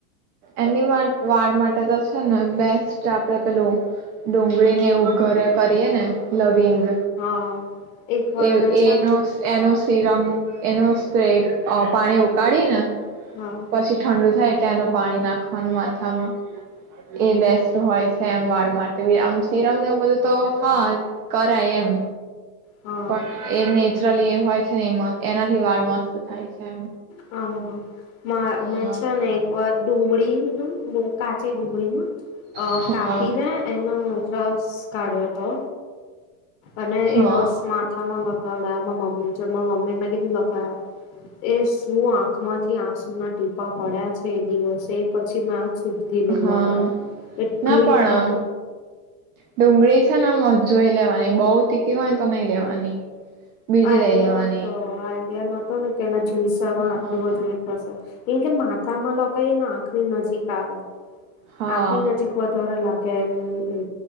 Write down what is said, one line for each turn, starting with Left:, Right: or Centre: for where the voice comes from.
Right: એની વાળ માટે તો છે ને બેસ્ટ આપડે પેલું ડુંગળીને એવું ઘરે કરીએ ને લવિંગ
Left: હા એક વાર
Right: એ
Left: મેં છે
Right: એનું,
Left: ને
Right: એનું સીરમ એનું સ્પ્રે પાણી ઉકાળીને
Left: હા
Right: પછી ઠંડુ થાય, એટલે એનું પાણી નાખવાનું માથામાં એ બેસ્ટ હોય છે એમ વાળ માટે બી, આમ સીરમ ને એવું બધું તો હા, કરાય એમ
Left: હા
Right: પણ એ નેચરલી એ હોય છેને એમાં, એનાથી વાળ મસ્ત થાય છે, એમ
Left: હા મા
Right: હા
Left: મે છેને એક વાર ડુંગળીનું નું કાચી ડુંગળીનું અહ
Right: હા
Left: કાપીને એનો રસ કાઢ્યો તો અને
Right: હા
Left: એ રસ માથામાં લગ <unintelligible> મમ્મી છે, મારા મમ્મીને મે કીધું લગાઈ આપ એશ- હું આંખમાંથી આંસુના ટીપા પડ્યા છે એ દિવસે, એ પછી માં શુદ્ધિ નઈ
Right: હા
Left: લાગ્યો, એટલી
Right: ના પણ
Left: આમ
Right: ડુંગળી છેને મોજ જોઈ લેવા ની બહુ તીખી હોય, તો નઈ લેવાની બીજી
Left: આઈડિયા
Right: લઈ લેવાની
Left: નતો, આઈડિયા નતો ને કે એના જ્યુસરમાં આટલું
Right: હા
Left: બધું એ થશે કેમ કે માથામાં લગાયે ને આંખની નજીક આવે
Right: હા
Left: આંખની નજીક વધારે લા- ગે હમ્મ.